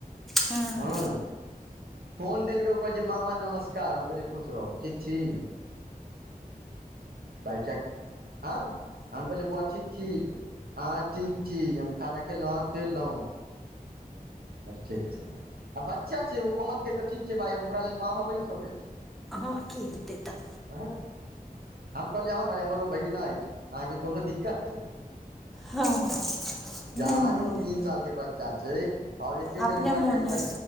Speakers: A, in the centre; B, on the right.
A: हां।
B: हँ फोन देलके ओकर जे मामा नमस्कार हम कहलियै खुश रहू ठीक छी? बच्चाक हां हम कहलिए बौआ ठीक छी? हां ठीक छी, हम खाना खेलौ हां खेलौ <inaudible> ठीक छै आ बच्चा छै ओ कहलकै तऽ ठीक छै भाय हम ओकरा लेल मामा बैन सकै छी।
A: हां की हेतै तऽ
B: वहै हम कहलियै हां भाय हमर ओ भैगना ऐछ अहाँके कोनो दिक्कत?
A: हँ नहि
B: जहान
A: नहि
B: ओ
A: नहि
B: तीन सालके बच्चा छै आओर एके
A: अपने
B: बेर मे हमरा
A: मोने
B: कहि देलक